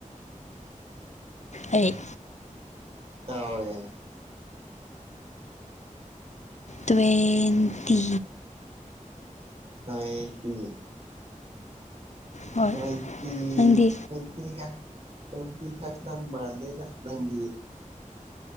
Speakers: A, on the left; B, on the right.
A: ꯑꯩ
B: ꯍꯣꯏ
A: ꯇ꯭ꯋꯦꯗꯤ
B: ꯀ꯭ꯋꯦꯟꯇꯤ
A: ꯍꯣꯏ
B: ꯇ꯭ꯋꯦꯟꯇꯤ
A: ꯅꯪꯗꯤ
B: ꯇ꯭ꯋꯦꯟꯇꯤ ꯌꯥ ꯇꯋꯦꯟꯇꯤ ꯈꯛꯇꯪ ꯃꯥꯟꯗꯦꯗ ꯅꯪꯒꯤ